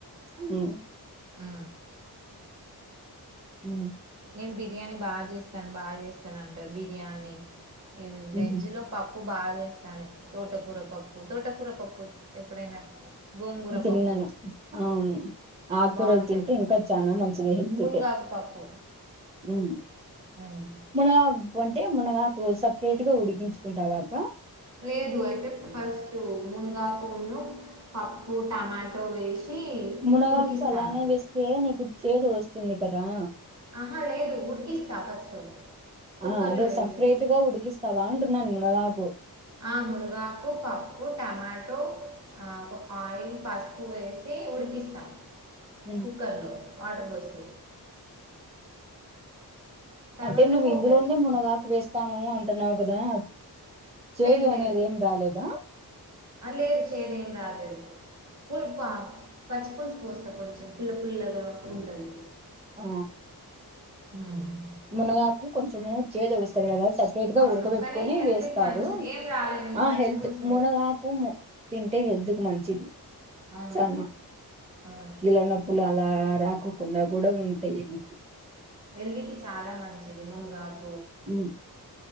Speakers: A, on the right (about 15°); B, on the right (about 45°).
A: <unintelligible>
B: హు
A: ఉహు
B: నేను బిర్యానీ బాగా చేస్తాను బాగా చేస్తాను అంటారు బిర్యానీ వెజ్
A: ఉహు
B: లో ప పప్పు బాగా చేస్తాను తోటకూర పప్పు తోటకూర పప్పు ఎప్పుడైనా గోంగూర
A: తిన్నను
B: పప్పు
A: అవును ఆకురలు
B: బాగుంటుంది
A: తింటే ఇంకా చానా మంచిది హెల్దికే
B: మునగాకు పప్పు
A: హు
B: ఉమ్.
A: మునగ అకు అంటే మునగాకు సపరేట్ గా ఉడికించుకుంటావా అక్క
B: లేదు అయితే ఫస్ట్ మునుగా ఆకు ఉన్నావు పప్పు టమాటో వేసి
A: మునగ
B: ఉడికిస్తాను
A: ఆకు అలానే వేస్తే నీకు చేదు వాస్తుంది కదా
B: ఆహా లేదు ఉడికిస్తా ఫస్ట్ కుక్కర్లో
A: ఆ అదే
B: వేసి
A: సపరేట్ గా ఉడికిస్తావా అంటున్నాను మునగాకు
B: ఆ మునగాకు పప్పు టమాటో ఆ ఆయిల్ పసుపు వేసి ఉడి కిస్తా
A: ఉమ్
B: కుక్కర్ లో వాటర్ పోసి తర్వాత
A: అంటే నువ్వు
B: పోపు
A: ఇందులోనే
B: వేస్తా
A: మునగాకు వేస్తాను అంటున్నావు కదా చేదు
B: లేదు
A: అనేది
B: లేదు
A: ఏం రాలేదా
B: ఆ లేదు చేదు ఏం రాలేదు పుల్పా పచ్చి పులుసు పోస్తా కొంచెం పుల్ల పుల్లగా ఉంటుంది
A: ఆ
B: <unintelligible>
A: మునగాకు కొంచము చేద ఒడుస్తారు కదా సపరేట్ గా
B: అవును
A: ఉడకబెట్టుకుని
B: కానీ హెల్త్కి
A: వేస్తారు
B: మంచిది ఏం రాలేదు నేను
A: ఆ
B: పచ్చి
A: హెల్త్
B: పులుసు
A: మునగాకు తింటే హెల్త్ కు మంచిది
B: అవును
A: చానా
B: అవును
A: కీళ్ళ నొప్పులు అలా ఆ రాకోకుండా కూడా ఉంటాయి నీకు
B: ఎళ్ళికి చాలా మంచిది మునగాకు
A: హ్మ్